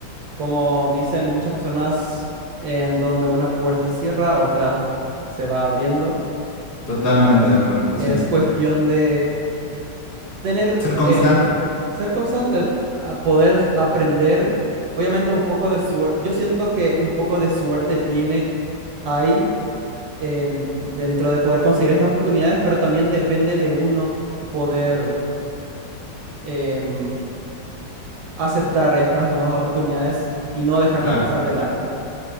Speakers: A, on the right; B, on the left.
A: Como dicen muchas personas, en donde una puerta se cierra, otra se va abriendo.
B: Totalmente de acuerdo,
A: Y
B: sí.
A: es cuestión de tener,
B: Ser constante,
A: eh, ser constante, a poder aprender, obviamente un poco de suerte. Yo siento que un poco de suerte tiene ahí em, dentro de poder conseguir estas oportunidades, pero también depende de uno poder em, aceptar estas nuevas oportunidades y no dejarlas
B: claro.
A: pasar de largo.